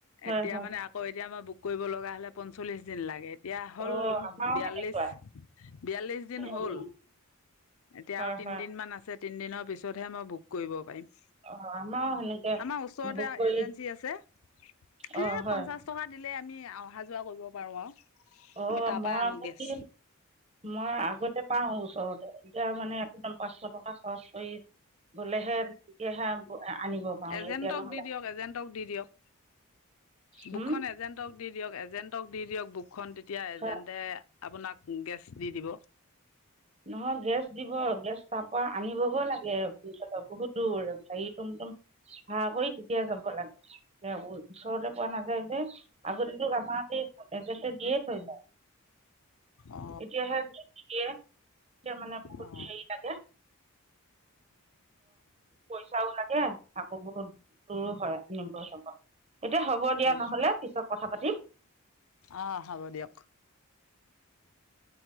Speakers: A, on the right; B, on the left.
A: হয়,
B: এতিয়া
A: হয়।
B: মানে আকৌ এতিয়া মই বুক কৰিব লগা হ'লে পঞ্চল্লিশ দিন লাগে। বিয়া হ'ল
A: অ', আমাৰো
B: বিয়াল্লিশ,
A: সেনেকুৱা।
B: বিয়াল্লিশ দিন
A: উম,
B: হ'ল। এতিয়া
A: হয়,
B: আৰু তিনদিনমান
A: হয়।
B: আছে, তিনদিনৰ পিছতহে মই বুক কৰিব পাৰিম।
A: অ আমাৰো সেনেকে
B: আমাৰ ওচৰতে
A: বুক কৰি
B: এজেন্সী আছে,
A: অ',
B: সেই
A: হয়।
B: পঞ্চাছ টকা দিলে আমি অহা যোৱা কৰিব পাৰোঁ আৰু
A: অ'
B: আমি তাৰ
A: মই
B: পৰাই আনো
A: আকৌ
B: গেছ
A: কি মই আগতে পাওঁ ওচৰতে, এতিয়া মানে পাঁচশ টকা খৰচ কৰি গ'লেহে তেতিয়াহে আনিব পাৰো
B: এজেণ্টক
A: এতিয়া নহ'লে
B: দি দিয়ক, এজেণ্টক দি দিয়ক, বুকখন
A: উম,
B: এজেণ্টক দি দিয়ক, এজেন্টক দি দিয়ক, বুকখন তেতিয়া এজেন্টে
A: হয়।
B: আপোনাক গেছ দি দিব।
A: নহয় গেছ দিব, গেছ তাৰ পৰা আনিবগৈ লাগে বহুত দূৰ গাড়ী তুমতম ভাড়া কৰি তেতিয়া যাব লাগে, ওচৰতে পোৱা নায আগতেটো আমাৰ সেই এজেন্সীয়ে দিয়ে থৈ যায়।
B: অ
A: এতিয়াহে দিয়ে। এতিয়া মানে বহুত
B: অ
A: হেৰি লাগে, পইচা লাগে আকৌ বহুত দূৰো হয়, নিব যাব, এতিয়া হ'ব দিয়া
B: অ
A: নহলে পিছত কথা পাতিম।
B: অ' হ'ব দিয়ক।